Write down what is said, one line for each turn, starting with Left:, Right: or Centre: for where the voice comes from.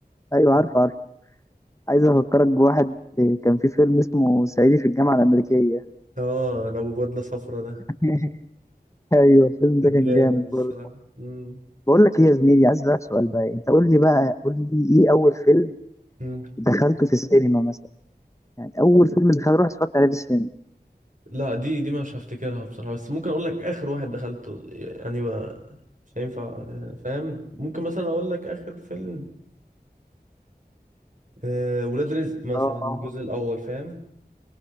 Left: ايوه
Right: مم.
Left: عارف عارف عايز افكرك بواحد إيه، كان في فيلم اسمه صعيدي في الجامعه الامريكيه
Right: آه لو بدلة صفرا ده
Left: <laughs> ايوه الفيلم ده
Right: كان
Left: كان
Right: جامد
Left: جامد
Right: الصراحة
Left: برضه
Right: مم.
Left: بقول لك ايه يا زميلي عايز اسالك سؤال بقى انت قول لي بقى قول لي ايه اول فيلم
Right: مم.
Left: دخلته في السينما مثلا يعني اول فيلم دخلته رحت اتفرجت عليه في السينما
Right: لا دي دي مش هفتكرها بصراحة بس ممكن أقول لك آخر واحد دخلته يعني بقى مش هينفع آه، فاهم ممكن مثلا أقول لك آخر فيلم آه ولاد رزق مثلا
Left: اه
Right: الجزء الأول فاهم